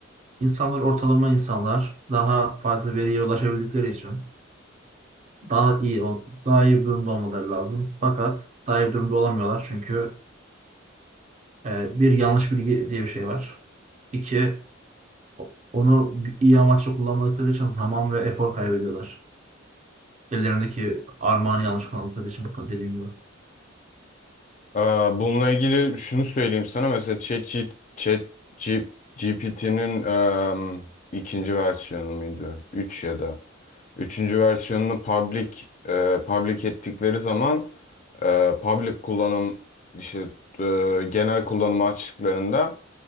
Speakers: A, on the right; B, on the left.
A: insanlar ortalama insanlar daha fazla veriye ulaşabildikleri için daha iyi ol- daha iyi bir durumda olmaları lazım. Fakat daha iyi bir durumda olamıyorlar çünkü e, bir yanlış bilgi diye bir şey var. İki Onu iyi amaçla kullanmadıkları için zaman ve efor kaybediyorlar. Ellerindeki armağanı yanlış kullandıkları için dediğim gibi.
B: Aa, Bununla ilgili şunu söyleyeyim sana mesela ChatGPT GPT'nin ikinci versiyonu muydu? 3 ya da üçüncü versiyonunu public e, public ettikleri zaman e, public kullanım işte e, genel kullanımı açtıklarında